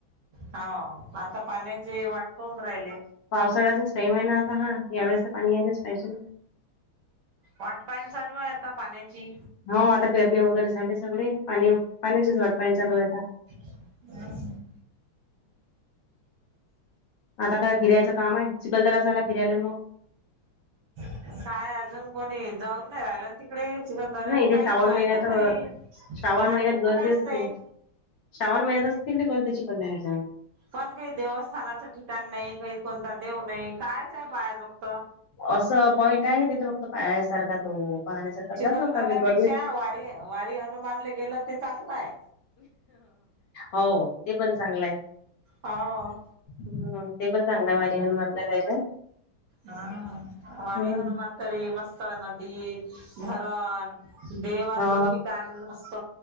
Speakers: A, on the right (about 60°); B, on the left (about 70°).
A: होव आता पाण्याची वाट पाहुन राहिले
B: पावसाळ्याचा टाईम आहे ना आता हा यावेळेसं तर पाणी यायला पाहिजे
A: वाट पाहणं चालू आहे आता पाण्याची
B: हा आता पेरणी वगैरे झाली सगळी. पाणी पाण्याचीच वाट पाहणं चालू आहे आता.
A: हं हं
B: आता काय फिरायचं काम आहे चिखलदरा झाला फिरायला मग
A: काय अजून कोणी जाऊन नाही राहिलं ना ते इकडे चिखलधार्याले
B: नाही इथे
A: काहीच
B: श्रावण
A: नाही
B: महिन्यात
A: तर खरी
B: श्रावण
A: पाया
B: महिन्यात
A: जोगत
B: गर्दी
A: काहीच
B: असते
A: नाही
B: श्रावण महिन्यात च तिकडे गर्दी चिखलदरा च्या
A: पण काही देवस्थानाचं ठिकाण नाही काही कोणता देव नाही कायच आहे पाह्याजोगत
B: असं पॉइंट आहे तिथे फक्त पाहायसारखा तो पाहण्यासारखा
A: चिखलदऱ्यापेक्षा
B: जातो आता ते गर्दीत
A: वारी वारी हनुमानले गेलं ते चांगलं हाय
B: हो ते पण चांगलं हाय
A: हाव
B: हम ते पण चांगलंय वारी हनुमानला जाय
A: वारी
B: हम्म
A: हनुमान तरी मस्त नदी, धरण देवाचं
B: हा
A: ठिकाण मस्त,